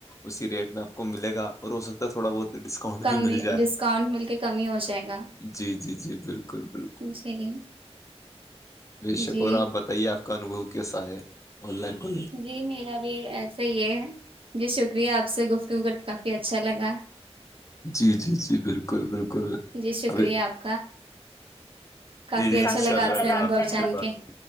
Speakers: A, on the left (about 30°); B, on the right (about 55°).
A: اسی ریٹ میں آپ کو ملے گا اور ہو سکتا ہے تھوڑا بہت ڈک کنٹ
B: کمی
A: بھی مل جائے
B: ڈسکاؤنٹ مل کے کمی ہو جائے گا
A: جی جی جی بالکل بالکل
B: جی
A: بے
B: جی
A: شکور آپ بتائیے آپ کا انوبو کیسا ہے آن لائن کو
B: جی میرا بھی ایسا یہ ہے جی شکریہ آپ سے گفتگو کر کے کافی اچھا لگا
A: جی جی جی بالکل بالکل
B: جی شکریہ
A: ابھی
B: آپ کافی
A: جی جی
B: اچھا
A: ان
B: لگا
A: شاء اللہ
B: آپ سے
A: اللہ
B: انوبو
A: حافظ حافظ،
B: جان
A: پھر بات
B: کے
A: ہوگی۔